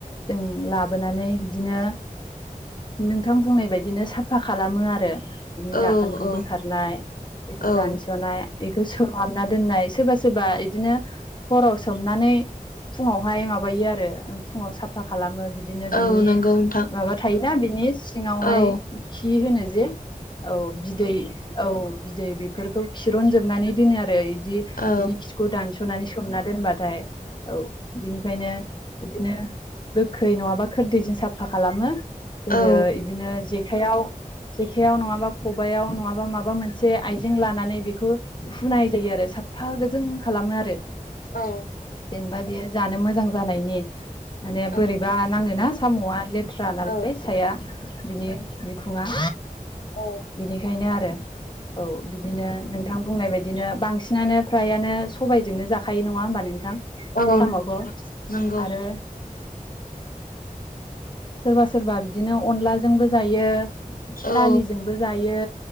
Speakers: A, on the left; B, on the left.
A: जों लाबोनानै बिदिनो नोंथां बुंनाय बायदिनो साफा खालामो आरो। बिनि
B: औ
A: दाखोनखौ
B: औ
A: बोखारनाय बेखौ
B: औ
A: दानस'नाय इखौ सोमहाबना दोननाय सोरबा सोरबा इदिनो हराव सोमनानै फुङावहाय माबायो आरो फुङाव साफा खालामो बि बिदिनो बिनि
B: औ नंगौ नोंथां
A: माबा थायोना बिनि सिङावहाय
B: औ
A: खि होनो जे, औ बिदै औ बिदै बेफोरखौ खिरनजोबनानै दोनो आरो बिदि
B: औ
A: बिनि खिखौ दानस' सुनानै सोमना दोनबाथाय औ बिनिफायनो। बिदिनो गोखै नङाबा खोरदैजों साफा खालामो। जोङो
B: औ
A: बिदिनो जेखायाव जेखायाव नङाबा खबायाव नङाबा माबा मोनसे आइजें लानानै बेखौ फुनाय जायो आरो साफा गोजों खालामो आरो।
B: औ।
A: जेनेबा बियो जानो मोजां जानायनि माने बोरैबा
B: औ
A: नाङोना साम'आ ले थ्रा नालाय
B: औ
A: साया बिनि बिखुङा
B: औ।
A: बिनिखायनो आरो। औ बिदिनो नोंथां बुंनाय बायदिनो बांसिनानो फ्रायानो सबायजोंनो जा खायो नङा होमबा नोंथां
B: औ
A: साम'खौ।
B: नंगौ
A: आरो सोरबा सोरबा बिदिनो अनलाजोंबो जायो।
B: औ
A: दालिजोंबो जायो